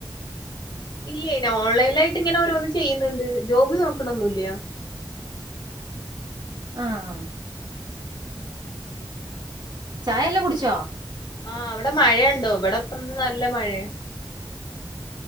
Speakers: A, on the left; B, on the right.
A: ഇല്ല ഓൺലൈനിലായിട്ട് ഇങ്ങനെ ഓരോന്ന് ചെയ്യുന്നുണ്ട് ജോബ് നോക്കണൊന്നുല്ല.
B: ആ ആ
A: ഉം
B: ചായെല്ലാം കുടിച്ചോ?
A: ആഹ് അവിടെ മഴയുണ്ടോ ഇവിടെപ്പന്ന് നല്ല മഴയാ